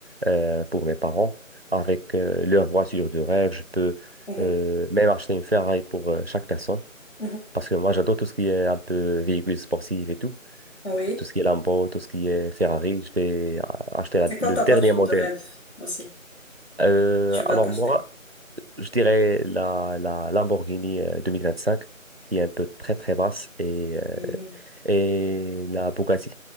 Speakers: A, on the right; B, on the left.
A: euh, pour mes parents, avec euh, leur voiture de rêve. Je peux
B: Mhm,
A: euh, même acheter une Ferrari pour euh, chaque personne
B: mhm.
A: parce que moi, j'adore tout ce qui est un peu véhicule sportif et tout
B: Oui.
A: tout ce qui est Lambo, tout ce qui est Ferrari, je vais euh, acheter la-
B: C'est quoi
A: le
B: ta
A: dernier
B: voiture
A: modèle.
B: de rêve aussi
A: Euh,
B: tu vas
A: alors
B: t'acheter?
A: moi, je dirais la, la Lamborghini euh, cinq qui est un peu très très basse, et, euh,
B: Mhm.
A: et la Bugatti.